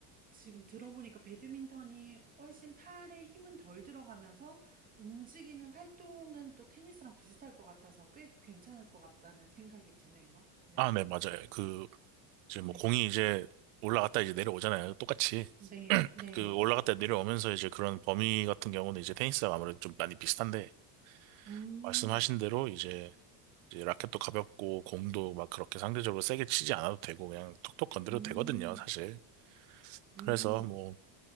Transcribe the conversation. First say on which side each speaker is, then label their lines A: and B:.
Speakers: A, on the right; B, on the right.
A: 지금 들어보니까 배드민턴이 훨씬 팔에 힘은 덜 들어가면서 움직이는 활동은 또 테니스랑 비슷할 것 같아서 꽤 괜찮을 것 같다는 생각이 드네요. 네.
B: 아, 네, 맞아요. 그, 이제 뭐
A: 네.
B: 공이 이제 올라갔다 이제 내려오잖아요. 똑같이.
A: 네. 네.
B: 그
A: 네.
B: 올라갔다 내려오면서 이제 그런 범위 같은 경우는 이제 테니스랑 아무래도 좀 많이 비슷한데,
A: 음.
B: 말씀하신 대로 이제, 이제 라켓도 가볍고 공도 막 그렇게 상대적으로 세게 치지 않아도 되고 그냥 톡톡 건드려도
A: 음.
B: 되거든요, 사실. 그래서
A: 음.
B: 뭐